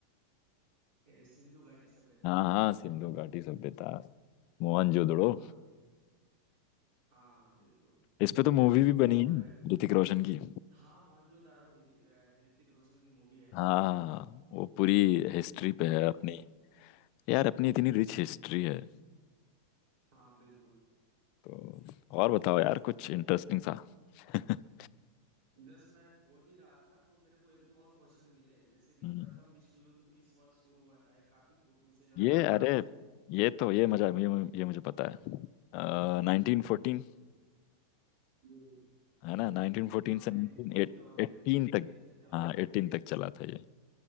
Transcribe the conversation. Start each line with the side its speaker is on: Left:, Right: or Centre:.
Right: ए, सिंधु घाटी सभ्यता
Left: हाँ हाँ सिंधु घाटी सभ्यता मोहनजोदड़ो
Right: हाँ हाँ हाँ बिल्कुल
Left: इस पे तो मूवी भी
Right: और
Left: बनी है ऋतिक रोशन की
Right: हाँ मोहनजोदारो हिर- अ, ऋतिक रोशन की मूवी है
Left: हाँ वो पूरी हिस्ट्री पे
Right: हाँ
Left: है अपनी यार अपनी इतनी रिच हिस्ट्री है
Right: हाँ, बिल्कुल
Left: तो और बताओ यार कुछ इंटरेस्टिंग सा <laughs>
Right: जस्ट मैं खोज ही रहा था तो मेरे को एक दो और क्वेश्चन मिले जैसे कि
Left: हम्म
Right: प्रथम विश्व युद्ध किस वर्ष शुरू हुआ था ये काफी पूछे जाने
Left: ये
Right: वाला
Left: अरे
Right: क्वेश्चन है
Left: ये तो ये मजा ये, ये मुझे पता है नाइनटीन फोर्टीन
Right: ये-
Left: है ना नाइनटीन फोर्टीन
Right: हाँ
Left: से
Right: 1914
Left: नाइनटीन
Right: और 1918
Left: तक
Right: तक चला
Left: हाँ
Right: था
Left: एटीन
Right: ये
Left: तक चला था ये